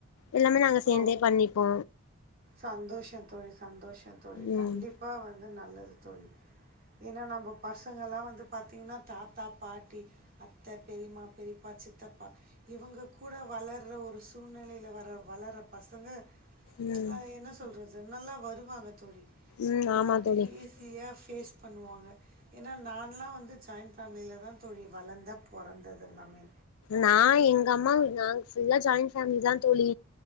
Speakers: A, on the left; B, on the right.
A: எல்லாமே நாங்க சேந்தே
B: ஓ
A: பண்ணிப்போ
B: சந்தோஷோ தோழி சந்தோஷ் அ தோழி
A: ம்
B: கண்டிப்பா வந்து நல்லது தோழி ஏனா நம்ப பசங்கல்லா வந்து பாதீங்னா தாத்தா பாட்டி அத்த பெரிய்மா பெரிய்பா சித்தப்பா இவங்க கூட வளர்ற ஒரு சூழ்நெலைல வரவ் வளர்ற பசங்க
A: ம்
B: ஆ என்ன சொல்றது நல்லா வருவாங்க தோழி
A: ம் ஆமா
B: எல்லாத்தியு
A: தோழி
B: ஈஸியா ஃபேஸ் பண்ணுவாங்க ஏனா நான்லா வந்து ஜாயிண்ட் ஃபேம்லில தா தோழி வளந்தே பொறந்ததெல்லாமே
A: நான் எங்கம்மா நாங் ஃபுல்லா ஜாயின் ஃபேம்லி தா தோழி